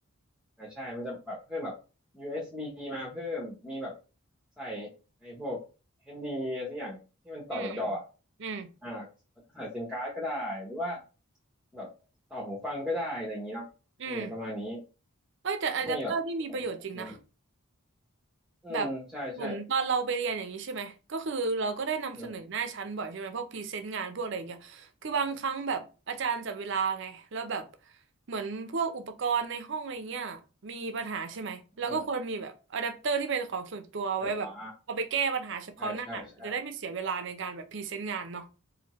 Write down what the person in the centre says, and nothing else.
อ่าใช่มันจะแบบเพิ่มแบบ USB มาเพิ่มมีแบบใส่ไอ้พวก HD สักอย่างที่มันต่อกับจออะ
อ่าแล้วก็ใส่ซิมการ์ดก็ได้หรือว่าแบบต่อหูฟังก็ได้อะไรอย่างนี้เนาะเออประมาณนี้
มันจะมีแบบต่อใช่ไหมอืมใช่ใช่
อืม
อืมเอออ่าใช่ใช่ใช่